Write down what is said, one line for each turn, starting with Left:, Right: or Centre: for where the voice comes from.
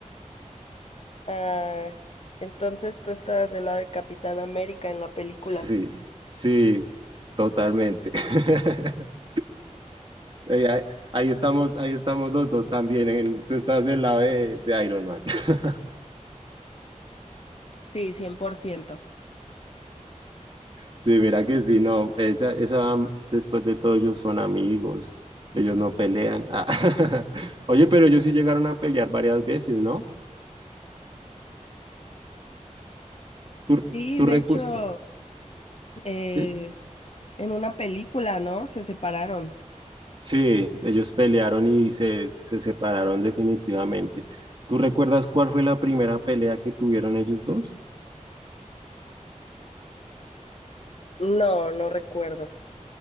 Left: Ah, entonces tú estabas del lado de Capitán América en la película.
Right: Sí, sí, totalmente. <laughs> Eh, Ahí, ahí estamos, ahí estamos los dos también. en- tú estás del lado de, de Iron Man. <laughs>
Left: Sí, cien por ciento
Right: Sí, mira que sí, no. Esa, esa, después de todo, ellos son amigos. Ellos no pelean. Ah. <laughs> Oye, pero ellos sí llegaron a pelear varias veces, ¿no? ¿Tú,
Left: Sí,
Right: tú
Left: de
Right: recuerdas?
Left: hecho, eh,
Right: Sí,
Left: en una película, ¿no? Se separaron.
Right: sí, ellos pelearon y se, se separaron definitivamente. ¿Tú recuerdas cuál fue la primera pelea que tuvieron ellos dos?
Left: No, no recuerdo.